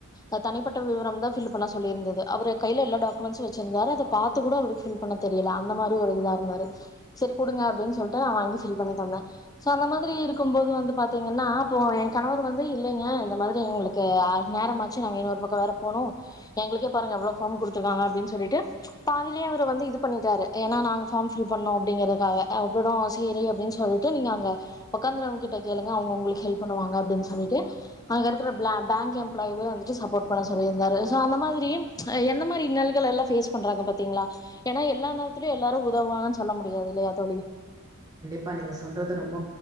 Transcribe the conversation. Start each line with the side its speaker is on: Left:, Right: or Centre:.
Left: அ தனிப்பட்ட விவரம் தா பில்லு பண்ண சொல்லியிருநந்து அவர் கையில் எல்ல டாக்மெண்ட்ஸ் வைஞ்சினுருந்தார் அது பார்த்துகூட அத ஃபில் பண்ண தெரிலா அந்த மாரி இது இருந்தாரு சேரி கொடுங்க அப்படின் சொல்ட்டு அவங் ல சோ அந்த மாதிரி இருக்கு போது வந்து பாத்தீங்கன்னா இப்போ என் கணவர் வந்து இல்லைங்க இந்த மாதிரி எங்களுக்கு நேரமாச்சுங்க இன்னொரு பக்க வேற போனு எங்களுக்கே பாருக்காங்க எவ்வளவு ஃபாம் கொடுத்துறாங்கா அப்படின்னு சொல்லிட்டு பாதிலேயே அவர் இது பண்ணிட்டாறு ஏன நாங்க ஃபாம் ஃபீல் பண்ணனு அப்படியின்றதுகா அப்புறோ சேரி சொல்லிட்டு நீங்கங்க அங்க உக்கதினா இருக்கிறவங்கட்டா கேளுங்க அவங்க உங்களுக்கு ஹெல்ப் பண்ணுவாங்க அப்படி சொல்லிட்டு அங்க இருக்கிற பிளாங் பேங்க எம்ப்ளாயிவோ வந்துட்டு சாப்போர்ட் பண்ண சொல்லிட்டு சோ அந்த மாதிரி எந்த மாரி இன்னல்கள்ள எல்லா பேஸ் பண்றாங்க பாத்தீங்களா ஏன்னா எல்லா நேரத்துலயும் எல்லாரு உதவாங்கன்னு சொல்ல முடியாது இல்லையா தோழி
Right: இப்ப நீங்க சொல்றது ரொம்ப